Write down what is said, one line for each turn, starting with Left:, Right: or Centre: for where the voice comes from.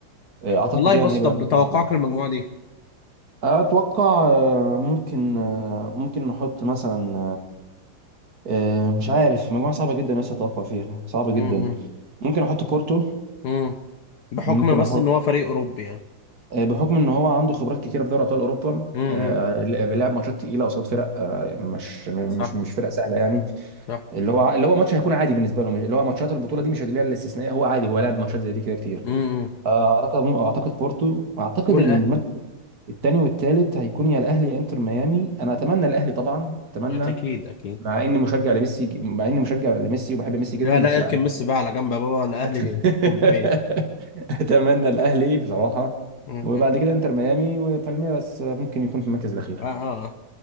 Right: آه، اعتقد
Left: والله
Right: يعني
Left: بص
Right: هيبقى
Left: طب
Right: ممكن.
Left: توقعك للمجموعة دي
Right: اتوقع آه، ممكن آه، ممكن نحط مثلا آه، مش عارف مجموعة صعبة جدا لسه أتوقع فيها صعبة جدا
Left: امم
Right: ممكن أحط بورتو
Left: امم بحكم
Right: ممكن
Left: بس
Right: أحط
Left: ان هو فريق اوروبي يعني
Right: آه، بحكم إن هو عنده خبرات كتيرة في دوري أبطال أوروبا
Left: امم
Right: آه، لعب ماتشات تقيلة قصاد فرق آه، مش مش
Left: صح
Right: مش فرق سهلة يعني
Left: صح
Right: اللي هو اللي هو ماتش هيكون عادي بالنسبة له مش- اللي هو ماتشات البطولة دي مش اللي هي الاستثنائية هو عادي هو لعب ماتشات زي دي كده كتير
Left: امم
Right: آه، أعتقد أعتقد بورتو أعتقد
Left: والاهلي
Right: المركز التاني والتالت هيكون يا الاهلي يا انتر ميامي انا اتمنى الاهلي طبعا اتمنى
Left: اكيد اكيد
Right: مع اني مشجع لميسي مع اني مشجع لميسي وبحب ميسي جدا
Left: لا لا
Right: بس
Left: اركن
Right: لا
Left: ميسي بقى على جنب يا بابا الاهلي
Right: <laughs>
Left: فوق جميل
Right: اتمنى الاهلي بصراحه
Left: امم
Right: وبعد كده انتر ميامي وبالميراس ممكن يكون في المركز الاخير
Left: اه اه آه.